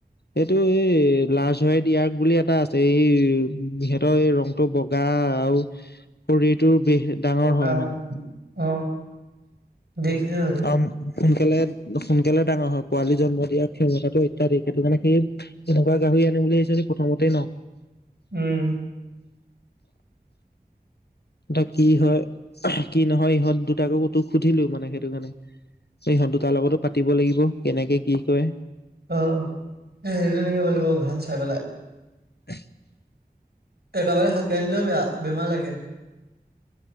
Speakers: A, on the left (about 75°); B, on the right (about 75°).
A: এইটো এই লাজ হোৱই দিয়াগ বুলি এটা আছে এই উ সিহঁতৰ এই ৰং - টো বগা আৰু শৰীৰটোৰ বেহ- ডাঙৰ
B: বগা
A: হয় মানে
B: অ অ দেখিছোঁ সেইটো।
A: সোনকালে সোনকালে ডাঙৰ হয়, পোৱালি জন্ম দিয়া ক্ষমতাটো অত্যাধিক সেইটো কাৰণে সেই - এনেকুৱা গাহৰি আনিম বুলি ভাবিছ যে প্ৰথমতে ন।
B: উম।
A: এতিয়া কি হয় কি নহয় ইহঁত দুটাকো কতো সুধিলো মানে সেইটো কাৰণে। ইহত দুটাৰ লগতো পাতিব লাগিব কেনেকে কি কৰে।
B: অ, সেই তেনেকে কৰিব লাগিব ভাল চাই পেলাই।
A: <unintelligible>
B: একেবাৰে সহকে আনিলেও বেয়া বেমাৰ লাগে।